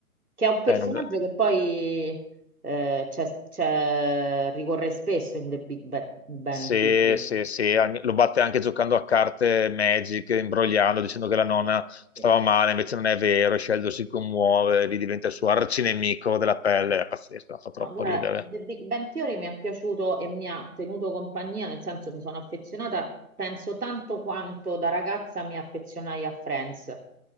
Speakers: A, on the right (about 85°); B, on the left (about 50°).
A: che è un personaggio
B: eh, non-
A: che poi eh, c'è- c'è- ricorre spesso in The Big Ba- Bang
B: Sì,
A: Theory.
B: sì, sì, an- lo batte anche giocando a carte Magic, imbrogliando, dicendo che la nonna stava
A: Sì.
B: male, invece non è vero, e Sheldon si commuove, lì diventa il suo arcinemico della pelle, è pazzesco, fa troppo
A: No, guarda,
B: ridere.
A: The Big Bang Theory mi è piaciuto e mi ha tenuto compagnia, nel senso mi sono affezionata, penso tanto quanto da ragazza mi affezionai a Friends.